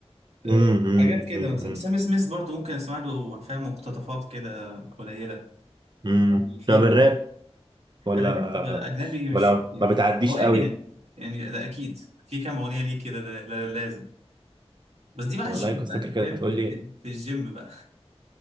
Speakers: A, on the right; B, on the right.
A: آه،
B: امم امم
A: حاجات كده
B: امم
A: مثلا سام سميث برضو ممكن اسمع له فاهم مقتطفات كده قليله
B: أمم.
A: يعني في
B: طب الراب
A: يعني
B: ولا
A: راب اجنبي مش
B: ولا
A: كتير
B: ما بتعديش
A: هو امينيم
B: قوي
A: يعني ده اكيد في كام اغنيه ليه كده ده, ده لازم بس دي بقى
B: والله
A: الجيم
B: كنت
A: بقى
B: فاكر
A: انت
B: كده
A: فاهم
B: هتقول
A: في,
B: لي
A: في, في الجيم بقى